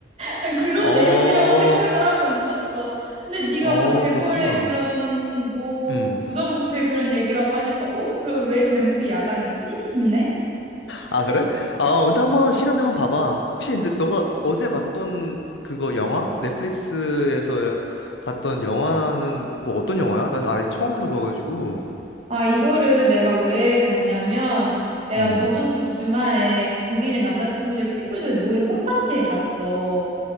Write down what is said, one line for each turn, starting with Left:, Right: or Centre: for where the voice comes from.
Right: 그냥 그런
Left: 어,
Right: 내용이라고 생각을 하고 있었어. 근데 네가
Left: 어,
Right: 뭐 재벌의
Left: 그렇구나.
Right: 그런 뭐
Left: 음.
Right: 부정부패 그런 얘기라고 하니까 어? 그럼 왜 제목이 야당이지? 싶네.
Left: 아, 그래? 아, 근데 한번 시간 되면 봐봐. 혹시 근데 너가 어제 봤던 그거 영화? 넷플릭스에서 봤던 영화는 그거 어떤 영화야? 나는 아예 처음 들어봐가지고.
Right: 아, 이거를 내가 왜 봤냐면 내가
Left: 음.
Right: 저번 주 주말에 그 독일의 남자친구들 친구들 모임 홈파티에 갔어.